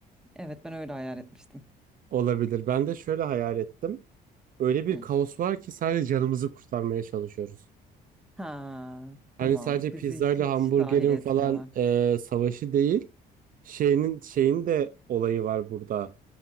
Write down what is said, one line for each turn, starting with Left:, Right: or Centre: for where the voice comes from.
Centre: Evet, ben öyle hayal etmiştim.
Right: Olabilir. Ben de şöyle hayal ettim. Öyle bir
Centre: Hı.
Right: kaos var ki sadece canımızı kurtarmaya çalışıyoruz.
Centre: Ha,
Right: Hani
Centre: tamam.
Right: sadece
Centre: Bizi
Right: pizzayla
Centre: hiç
Right: hamburgerin
Centre: dahil etmiyorlar.
Right: falan e, savaşı değil. Şeyinin şeyin de olayı var burada.